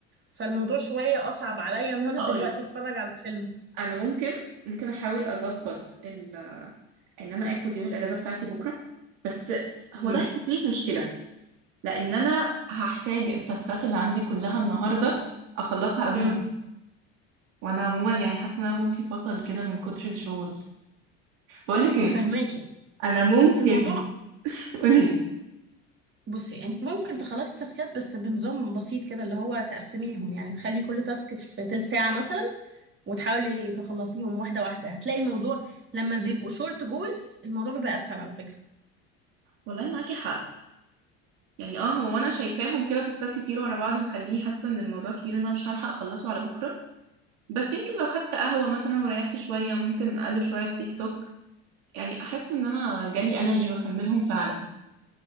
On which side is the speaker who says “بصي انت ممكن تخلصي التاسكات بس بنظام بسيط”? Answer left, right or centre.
Right